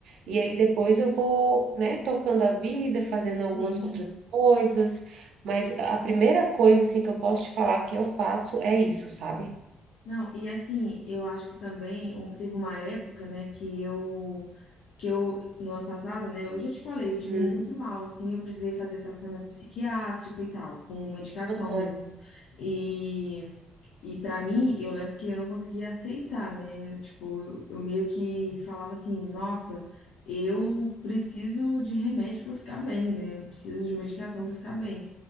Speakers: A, on the right (about 75°); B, on the left (about 85°).
A: E aí depois eu vou, né, tocando a vida, fazendo
B: sim.
A: algumas outras coisas, mas a primeira coisa, assim, que eu posso te falar que eu faço é isso, sabe?
B: Não, e assim, eu acho que também um- teve uma época, né, que eu, que eu, no ano passado, né, eu já te falei, eu tive
A: Uhum.
B: muito mal, assim, eu precisei fazer tratamento psiquiátrico e tal, com medicação
A: Aham.
B: mesmo. E, e para mim, eu lembro que eu não conseguia aceitar, né, tipo, eu, eu meio que falava assim, nossa, eu preciso de remédio para ficar bem, né, eu preciso de medicação para ficar bem.